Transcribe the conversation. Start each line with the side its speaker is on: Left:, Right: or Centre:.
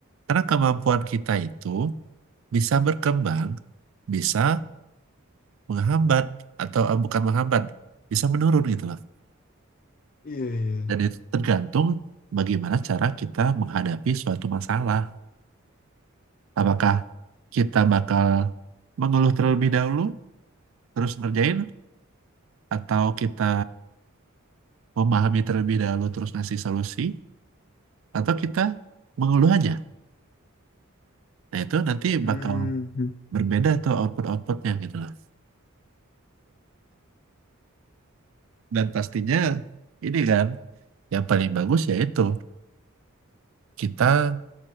Right: karena kemampuan kita itu bisa berkembang, bisa menghambat atau eh, bukan menghambat, bisa menurun gitu lah.
Left: iya iya
Right: Dan itu tergantung bagaimana cara kita menghadapi suatu masalah. Apakah kita bakal mengeluh terlebih dahulu, terus ngerjain, atau kita memahami terlebih dahulu terus ngasih solusi, atau kita mengeluh aja Nah, itu nanti
Left: hmm
Right: bakal berbeda tuh output-outputnya gitu loh. Dan pastinya ini kan yang paling bagus yaitu kita